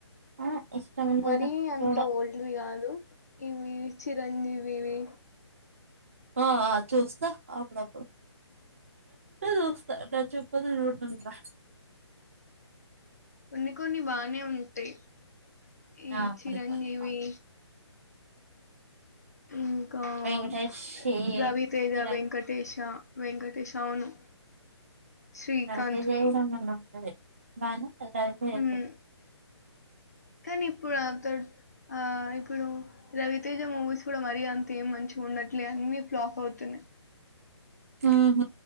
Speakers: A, on the right; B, on the left.
A: ఆ ఇష్టం ఉంది
B: మరీ
A: కదా
B: అంత
A: చూడ
B: ఓల్డ్ ది కాదు ఇవి వి చిరంజీవివి
A: ఆ ఆ చూస్తా అప్పుడపడు చూస్తా రాచ్చప్పదో ఇంగా
B: కొన్ని కొన్ని బానే ఉంటాయ్ ఈ
A: ఆ
B: చిరంజీవి
A: కొన్ని కొన్ని
B: ఇంకా
A: వెంకటేష్
B: మ్
A: వి
B: రవితేజ
A: చిరంజీవి
B: వెంకటేశా వెంకటేశ్ అవును శ్రీకాంత్‌వి.
A: రవితేజ్ ఏమో సంబంద్ ఉంటది బానే ఉంటది
B: హ్మ్. కానీ ఇప్పుడు అతడు ఆ ఇప్పుడు రవితేజ మూవీస్ కూడా మరీ అంత ఏం మంచ్ ఉండట్లే అన్ని ఫ్లాప్ అవుతున్నాయ్
A: ఆ హ